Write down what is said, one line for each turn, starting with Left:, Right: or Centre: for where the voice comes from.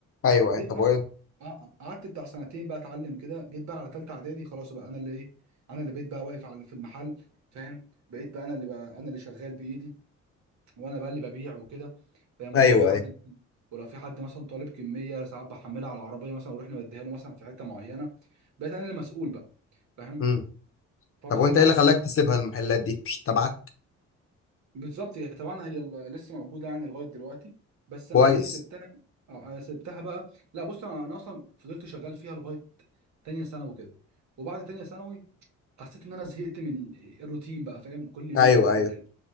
Left: ايوه
Right: جيت
Left: ايوه طب
Right: مثلا
Left: وايه
Right: ق- قعدت بتاع سنتين بقى اتعلم كده جيت بقى على تالتة اعدادي خلاص بقى انا اللي ايه انا اللي بقيت بقى واقف على في المحل فاهم بقيت بقى انا اللي بقى انا اللي شغال بايدي وانا بقى اللي ببيع وكده فاهم
Left: ايوه
Right: ولو في حد ولو في حد مثلا طالب كمية ساعات بحملها على العربية مثلا واروح نوديها له مثلا في حتة معينة بقيت انا اللي مسؤول بقى فاهم
Left: ايوه
Right: فبصراحة
Left: طب وانت ايه اللي خلاك تسيبها المحلات دي مش تبعك
Right: بالظبط هي طبعا هي ال- لسه موجوده يعني لغايه دلوقتي بس
Left: كويس
Right: انا ايه سبتها اه آه، سبتها بقى لا بص انا انا اصلا فضلت شغال فيها لغايه تانية ثانوي كده وبعد تانية ثانوي حسيت ان انا زهقت من الروتين بقى فاهم كل يوم
Left: ايوه
Right: بقى
Left: ايوه
Right: مخلي